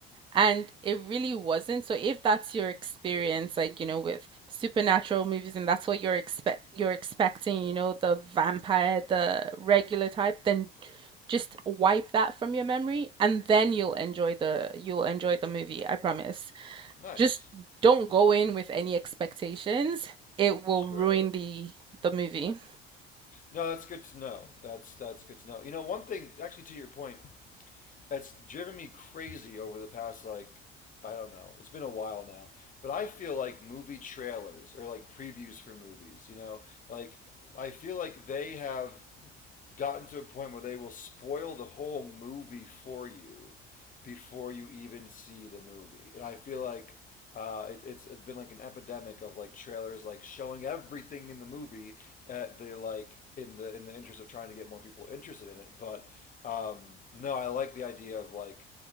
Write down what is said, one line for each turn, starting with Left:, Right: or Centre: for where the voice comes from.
Right: and it really wasn't. So if that's your experience, like, you know, with supernatural movies and that's what you're expect you're expecting, you know, the vampire, the regular type, then just wipe that from your memory and then you'll enjoy the you'll enjoy the movie, I promise.
Left: Nice.
Right: Just don't go in with any expectations. It will ruin
Left: Sure.
Right: the the movie.
Left: No, that's good to know. That's that's good to know. You know, one thing actually to your point, that's driven me crazy over the past like I don't know. It's been a while now, but I feel like movie trailers or like previews for movies, you know, like I feel like they have gotten to a point where they will spoil the whole movie for you before you even see the movie. And I feel like uh, it, it's, it's been like an epidemic of like trailers like showing everything in the movie at the like in the in the interest of trying to get more people interested in it. But um, no, I like the idea of like